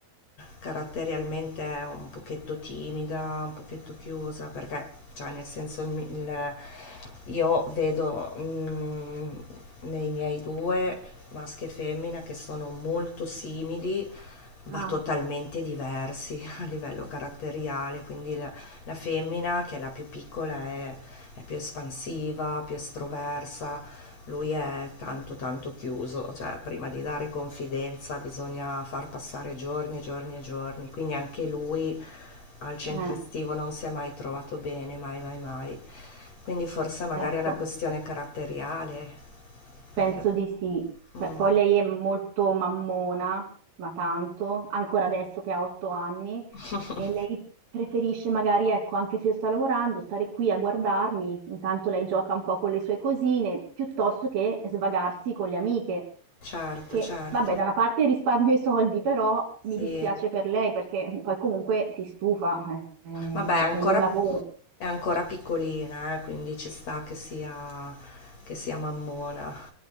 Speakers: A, on the left; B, on the right.
A: caratterialmente è un pochetto timida, un pochetto chiusa, perché, cioè, nel senso, il mi- il- io vedo mm, nei miei due, maschi e femmina, che sono molto simili, ma
B: ah,
A: totalmente diversi <laughs> a livello caratteriale, quindi la, la femmina, che è la più piccola, è, è più espansiva, più estroversa, lui è tanto, tanto chiuso, cioè prima di dare confidenza bisogna far passare giorni e giorni e giorni, quindi anche lui al centro
B: eh,
A: estivo non si è mai trovato bene, mai, mai, mai. Quindi forse magari
B: ecco,
A: è una questione caratteriale,
B: penso
A: anche-
B: di sì. Beh,
A: mm.
B: Poi lei è molto mammona, ma tanto, ancora adesso che ha otto anni,
A: <laughs>
B: E lei preferisce magari, ecco, anche se io sto lavorando, stare qui a guardarmi, intanto lei gioca un po' con le sue cosine, piuttosto che svagarsi con le amiche,
A: Certo,
B: che
A: certo,
B: vabbè, da una parte risparmio i soldi, però mi
A: sì.
B: dispiace per lei perché poi comunque si stufa, eh,
A: Vabbè, è
B: perché
A: ancora,
B: io lavoro.
A: è ancora piccolina, eh, quindi ci sta che sia, che sia mammona,